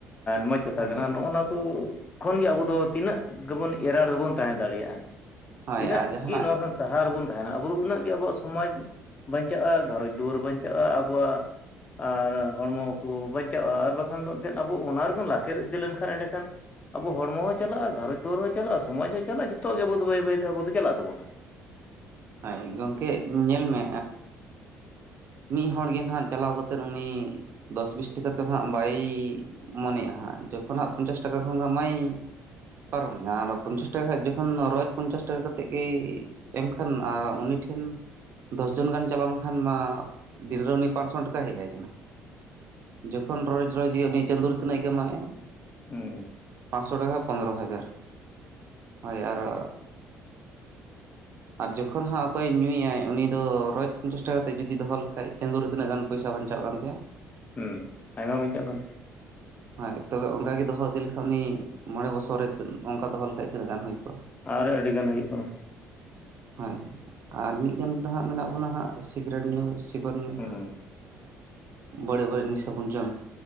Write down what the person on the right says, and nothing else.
ᱦᱳᱭ
ᱦᱳᱭ
ᱟᱨ ᱡᱟᱦᱟᱱᱟᱜ
ᱦᱳᱭ ᱜᱚᱢᱠᱮ ᱧᱮᱞ ᱢᱮ ᱢᱤᱫ ᱦᱚᱲᱜᱮ ᱱᱟᱦᱟᱜ ᱪᱟᱞᱟᱣᱛᱮᱫ ᱩᱱᱤ ᱫᱚᱥ ᱵᱤᱥ ᱴᱟᱠᱟ ᱛᱮᱦᱚᱸ ᱵᱟᱭ ᱢᱚᱱᱮᱮᱜᱼᱟ ᱡᱚᱠᱷᱚᱱᱦᱟᱜ ᱯᱚᱧᱪᱟᱥ ᱴᱟᱠᱟ ᱠᱷᱚᱱᱚ ᱢᱟᱭ ᱯᱟᱨᱚᱢᱮ ᱟᱨᱚ ᱯᱚᱧᱪᱟᱥ ᱴᱟᱠᱟ ᱠᱷᱚᱱ ᱡᱚᱠᱷᱚᱱ ᱟᱨᱚᱡᱽ ᱯᱚᱧᱪᱟᱥ ᱴᱟᱠᱟ ᱠᱟᱛᱮᱫ ᱜᱮᱭ ᱮᱢᱠᱷᱟᱱ ᱟᱨ ᱩᱱᱤ ᱴᱷᱮᱱ ᱫᱚᱥ ᱡᱚᱱ ᱜᱟᱱ ᱪᱟᱞᱟᱣ ᱞᱮᱱᱠᱷᱟᱱ ᱢᱟ ᱫᱤᱱᱨᱮ ᱩᱱᱤ ᱯᱟᱸᱪᱥᱚ ᱴᱟᱠᱟᱭ ᱦᱮᱡ ᱟᱭ ᱠᱟᱱᱟ ᱡᱚᱠᱷᱚᱱ ᱨᱚᱡ ᱨᱚᱡ ᱜᱮ ᱩᱱᱤ ᱪᱟᱸᱫᱳ ᱨᱮ ᱛᱤᱱᱟᱹᱜ ᱠᱟᱢᱟᱭᱮ ᱟ
ᱛᱷᱚᱰᱟ ᱦᱟᱜ ᱯᱚᱱᱨᱚ ᱦᱟᱡᱟᱨ ᱦᱳᱭ ᱟᱨᱚ ᱟᱨ ᱡᱚᱠᱷᱚᱱ ᱦᱟᱸᱜ ᱚᱠᱚᱭᱮ ᱧᱩᱭᱟᱭ ᱩᱱᱤ ᱫᱚ ᱨᱚᱡᱽ ᱯᱚᱧᱪᱟᱥ ᱴᱟᱠᱟ ᱠᱟᱛᱮᱮᱫ ᱡᱩᱫᱤ ᱫᱚᱦᱚ ᱞᱮᱠᱷᱟᱡ ᱪᱟᱸᱫᱳ ᱨᱮ ᱛᱤᱱᱟᱹᱜ ᱜᱟᱱ ᱯᱚᱭᱥᱟ ᱵᱟᱧᱪᱟᱜ ᱠᱟᱱ ᱛᱟᱭᱟ
ᱦᱳᱭ ᱛᱚᱵᱮ ᱚᱱᱠᱟᱟᱜ ᱜᱮ ᱫᱚᱦᱚ ᱤᱫᱤ ᱞᱮᱠᱷᱟᱱ ᱩᱱᱤ ᱢᱚᱬᱮ ᱵᱚᱪᱷᱚᱨ ᱨᱮ ᱚᱱᱠᱟ ᱫᱚᱦᱚ ᱞᱮᱠᱷᱟᱡ ᱛᱤᱱᱟᱹᱜ ᱜᱟᱱ ᱦᱩᱭᱜᱼᱟ
ᱦᱳᱭ ᱟᱨ ᱢᱤᱫᱜᱟᱱ ᱦᱟᱸᱜ ᱢᱮᱱᱟᱜ ᱵᱚᱱᱟ ᱦᱟᱸᱜ ᱥᱤᱠᱨᱮᱴ ᱧᱩ ᱥᱤᱜᱚᱱ ᱧᱩ
ᱵᱟᱲᱮᱹᱡ ᱵᱟᱹᱲᱤᱡ ᱱᱤᱥᱟᱹ ᱵᱚᱱ ᱡᱚᱢ